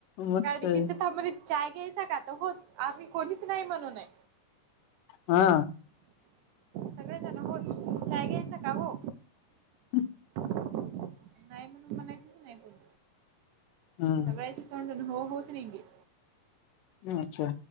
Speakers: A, on the left; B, on the right.
A: मस्त
B: गाडी
A: आहे
B: जिथं थांबली चाय घ्यायचा का तर होच आम्ही कोणीच नाही म्हणूनय
A: हा.
B: सगळेजण होच. चाय घ्यायचा का? हो.
A: हम.
B: नाही म्हणून म्हणायचीच नाही कोणी.
A: हम्म
B: सगळ्याच्या तोंडून हो-हो च निगे
A: अच्छा